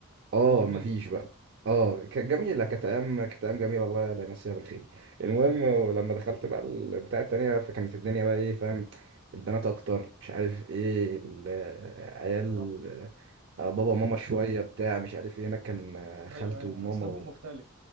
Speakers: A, on the right; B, on the right.
A: اه
B: كانت جميلة
A: مفيش بقى اه كانت
B: مم.
A: جميله كانت ايام كانت ايام جميله الله الله يمسيها بالخير المهم ولما دخلت بقى البتاع التانية فكانت الدنيا بقى ايه فاهم البنات اكتر مش عارف ايه ال- عيال
B: صح
A: آه، بابا وماما شويه بتاع مش عارف ايه هناك كان آه،
B: ايوه
A: خالته
B: ايوه
A: وماما
B: اسلوبهم مختلف